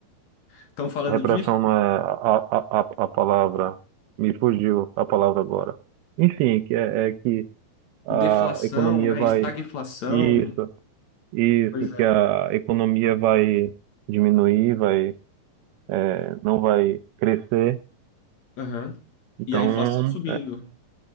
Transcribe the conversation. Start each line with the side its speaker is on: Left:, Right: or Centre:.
Left: Estão falando
Right: repressão
Left: disso,
Right: não é a, a, a, a palavra, me fugiu a palavra agora. Enfim, que é, é que a
Left: Deflação,
Right: economia
Left: né?
Right: vai,
Left: Estagflação.
Right: isso, isso,
Left: Pois é.
Right: que a economia vai diminuir, vai, eh, não vai crescer.
Left: Aham.
Right: Então,
Left: E a inflação subindo.